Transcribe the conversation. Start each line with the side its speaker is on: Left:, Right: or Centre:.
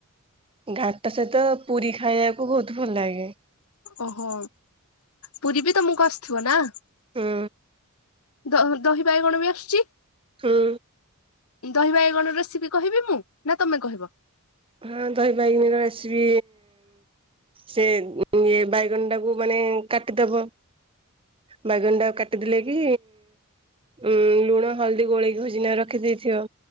Right: ଘାଣ୍ଟ ସହିତ ପୁରୀ ଖାଇବାକୁ ବହୁତ ଭଲ ଲାଗେ।
Left: ଓହୋ ପୁରୀ ବି ତମକୁ ଆସିଥିବ ନା?
Right: ହୁଁ।
Left: ଦ ଦହିବାଇଗଣ ବି ଆସୁଛି।
Right: ହୁଁ।
Left: ଦହିବାଇଗଣ ରେସିପି କହିବି ମୁଁ ନା ତମେ କହିବ?
Right: ହୁଁ ଦହିବାଇଗଣ ରେସିପି ସେ ଇଏ ବାଇଗଣଟାକୁ ମାନେ କାଟିଦବ ବାଇଗଣଟାକୁ କାଟିଦେଲେ କି ଉଁ ଲୁଣ, ହଳଦୀ ଗୋଳେଇ ଭଜିନା ରଖିଦେଇଥିବ